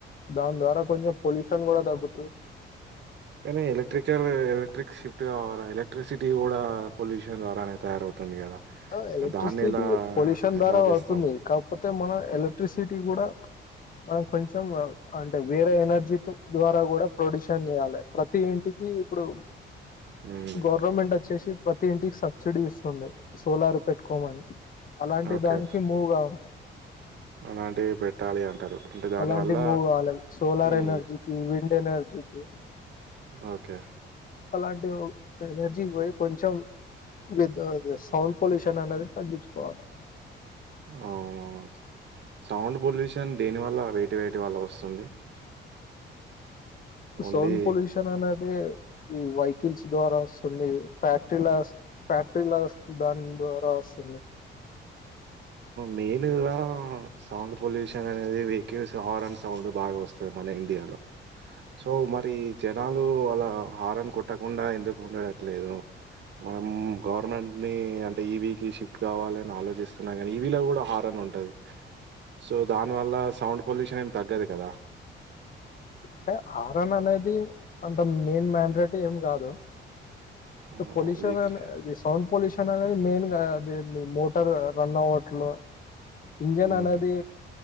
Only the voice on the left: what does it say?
దాని ద్వారా కొంచెం పొల్యూషన్ కూడా తగ్గు
ఆ ఎలక్ట్రిసిటీ
పొల్యూషన్ ద్వారా
అవుతుంది. కాకపోతే మన ఎలక్ ఎలక్ట్రిసిటీ కూడా మనం కొంచెం అంటే వేరే ఎనర్జీ ద్వారా కూడా ప్రొడ్యూషన్ చేయాలి ప్రతి ఇంటికి ఇప్పుడు
గవర్నమెంట్ వచ్చేసి ప్రత్ ప్రతి ఇంటికి సబ్సిడీ ఇస్తుంది సోలార్ పెట్టుకోమని అలాంటి
దానికి మూవ్ కావాలి.
అలాంటి మూవ్ కావలి సోలార్
ఎనర్జీకి విండ్ ఎనర్జీకి
అలాంటి ఓ ఎనర్జీ పోయి కొంచెం విద్దో అది సౌండ్ పొల్యూషన్ అనేది తగ్గించుకోవాలి
సౌండ్ పొల్యూషన్ అనేది. ఈ వైహికల్స్ ద్వారా వస్తుంది ఫ్యాక్టరీలస్ ఫ్యాక్టరీలస్ దాని ద్వారా వస్త్ సరేలే
అంటే హరన్ అనేది అంత మెయిన్ మ్యాన్ గట్టిగా ఏమి కాదు
పోల్యాషన్
అనేది సౌండ్ పోల్యాషన్ అనరయి మెయిన్ గా అది ది మోటార్ రన్ అవటలే ఇంజన్
అనేది